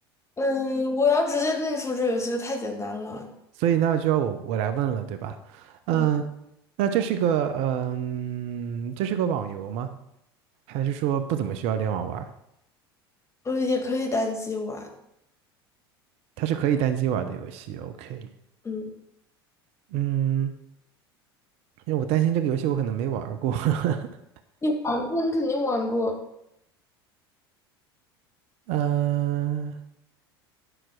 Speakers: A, on the left (about 20°); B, on the right (about 55°).
A: 嗯，我要直接跟你说，这游戏就太简单了。
B: 所以那就要我我来问了，对吧？嗯，
A: 我
B: 那这是一个嗯，这是个网游吗？还是说不怎么需要联网玩？
A: 呃也可以单机玩，
B: 它是可以单机玩的游戏，OK。
A: 嗯，
B: 嗯，因为我担心这个游戏我可能没玩儿过。<laughs>
A: 你玩过，你肯定玩过，
B: 嗯、